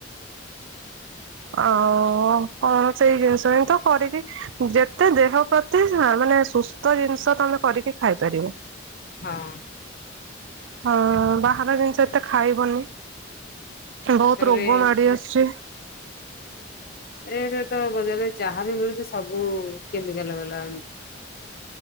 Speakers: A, on the right; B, on the left.
A: ଆଉ କଣ ସେଇ ଜିନିଷ ତ କରିବି ଯେତେ ଦେହ ପ୍ରତି। ମାନେ ସୁସ୍ଥ ଜିନିଷ ତମେ କରିକି ଖାଇପାରିବ।
B: ହଁ।
A: ହଁ ବାହାର ଜିନିଷ ଏତେ ଖାଇବନି। ବହୁତ
B: ତାପରେ
A: ରୋଗ ମାଡି ଆସିଛି।
B: ଏବେ ତ ବ ଯାହାବ ମିଳୁଛି ସବୁ କେମିକାଲ ବାଲା